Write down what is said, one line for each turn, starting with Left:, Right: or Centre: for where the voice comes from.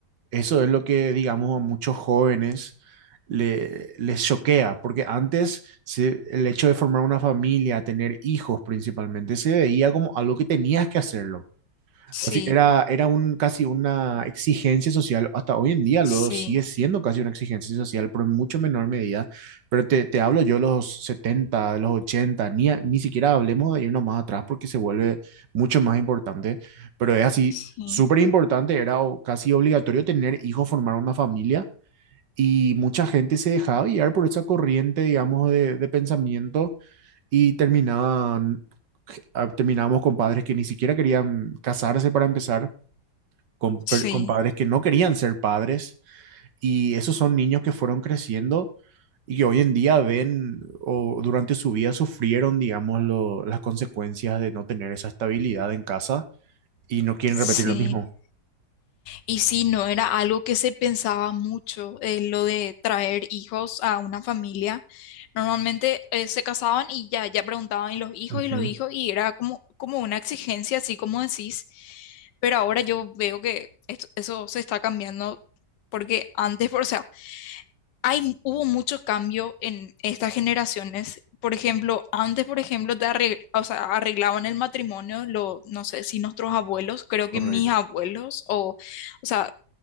Right: eso es lo que, digamos, a muchos jóvenes le, les choquea, porque antes se- el hecho de formar una familia, tener hijos principalmente, se veía como algo que tenías que hacerlo.
Left: sí,
Right: Así, era, era un, casi una exigencia social, hasta hoy en día lo
Left: sí,
Right: sigue siendo casi una exigencia social, pero en mucho menor medida. Pero te, te hablo yo de los setenta de los ochenta ni, a- ni siquiera hablemos de irnos más atrás porque se vuelve mucho más importante. Pero es así,
Left: sí,
Right: súper importante, era o- casi obligatorio tener hijos, formar una familia y mucha gente se dejaba guiar por esa corriente, digamos, de, de pensamiento y terminaban... ah, Terminábamos con padres que ni siquiera querían casarse para empezar con,
Left: sí,
Right: per- con padres que no querían ser padres y esos son niños que fueron creciendo y que hoy en día ven o durante su vida sufrieron, digamos, lo- las consecuencias de no tener esa estabilidad en casa y no quieren
Left: sí.
Right: repetir lo mismo.
Left: Y sí, no era algo que se pensaba mucho, eh, lo de traer hijos a una familia. Normalmente eh, se casaban y ya, ya preguntaban y los hijos
Right: Ujú,
Left: y los hijos y era como, como una exigencia, así como decís. Pero ahora yo veo que esto- eso se está cambiando porque antes, por- o sea, hay, hubo mucho cambio en estas generaciones. Por ejemplo, antes, por ejemplo, te arreg- o sea, arreglaban el matrimonio, lo, no sé si nuestros abuelos, creo
Right: correcto.
Left: que mis abuelos o... O sea,